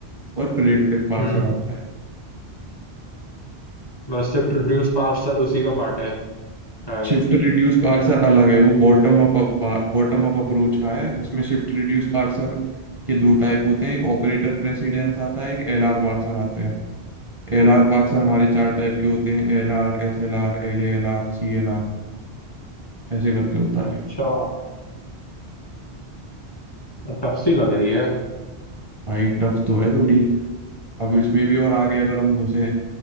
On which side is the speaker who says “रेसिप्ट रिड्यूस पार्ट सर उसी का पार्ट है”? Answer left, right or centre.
Left